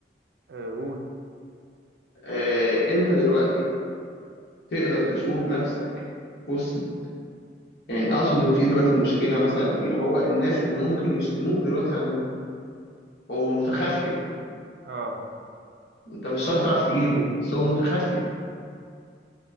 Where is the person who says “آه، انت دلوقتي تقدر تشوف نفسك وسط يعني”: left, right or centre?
Left